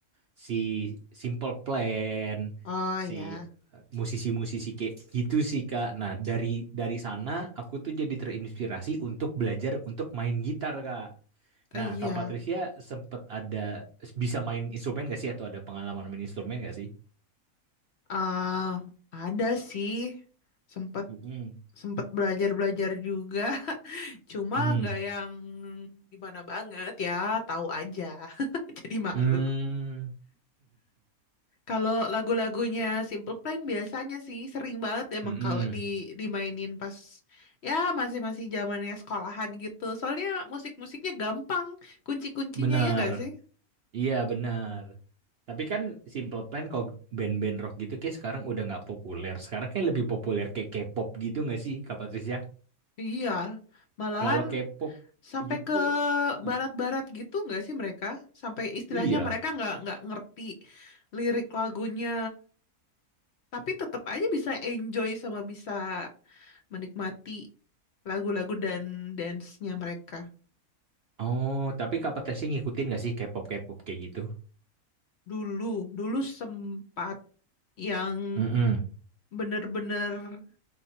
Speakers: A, on the right; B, on the left.
A: si Simple Plan,
B: Oh,
A: si
B: iya.
A: eh, musisi-musisi kayak gitu sih Kak. Nah, dari dari sana aku tuh jadi terinspirasi untuk belajar untuk main gitar Kak.
B: Iya.
A: Nah, Kak Patricia sempet ada bisa main instrumen gak sih atau ada pengalaman main instrumen gak sih?
B: Ah, ada sih, sempet
A: Mm-mm.
B: sempet belajar belajar juga, <laughs> cuma
A: Hmm.
B: nggak yang gimana banget ya, tahu aja. <laughs> Jadi malu.
A: Hmm.
B: Kalau lagu-lagunya Simple Plan biasanya sih sering banget emang
A: <laughs> Mm-mm.
B: kalau di dimainin pas ya masih-masih zamannya sekolahan gitu. Soalnya musik-musiknya gampang, kunci-kuncinya
A: Benar.
B: ya nggak sih?
A: Iya benar. Tapi kan Simple Plan kalau band-band rock gitu kayak sekarang udah nggak populer. Sekarang kayak lebih populer kayak K-pop gitu nggak sih Kak Patricia?
B: Iya, malahan
A: Kalau K-pop
B: Sampai
A: gitu,
B: ke
A: eh,
B: barat-barat gitu nggak sih mereka? Sampai istilahnya
A: iya.
B: mereka nggak nggak ngerti lirik lagunya, tapi tetap aja bisa enjoy sama bisa menikmati lagu-lagu dan dance-nya mereka.
A: Oh, tapi Kak Patricia ngikutin nggak sih K-pop K-pop kayak gitu?
B: Dulu, dulu sempat yang
A: Mm-mm.
B: bener-bener